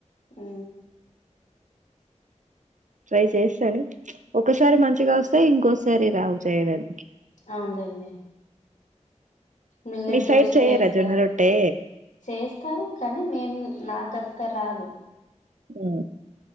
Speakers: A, on the left; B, on the right.
A: ఊ
B: ట్రై చేస్తాను ఒకసారి మంచిగా వస్తేయి ఇంకోసారి రావు చేయడానికి
A: అవుదంది మిల్లెట్
B: మీ సైడ్
A: దోశ
B: చేయరా
A: వేస్తా
B: జొన్న రొట్టె
A: చేస్తాం కానీ మేం నాకత రాదు
B: ఊ